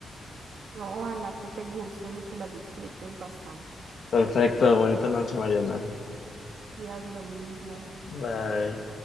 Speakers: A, on the right (about 70°); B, on the left (about 50°).
A: No, ojalá que te gusten y que las disfrutes bastante.
B: Perfecto, bonita noche, Mariana.
A: Si haz lo mismo,
B: Bye.